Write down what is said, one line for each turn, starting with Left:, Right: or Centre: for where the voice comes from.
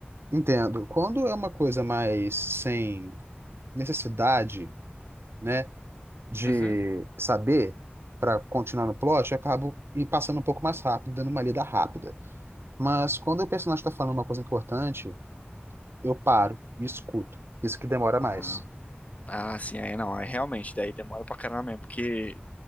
Right: entendo, quando é uma coisa mais sem necessidade, né, de
Left: Uhum.
Right: saber para continuar no plot, eu acabo e passando um pouco mais rápido, dando uma lida rápida. Mas quando o personagem está falando uma coisa importante, eu paro e escuto. Isso que demora
Left: Ah,
Right: mais.
Left: ah, sim, aí não. Aí realmente, daí demora pra caramba mesmo. Porque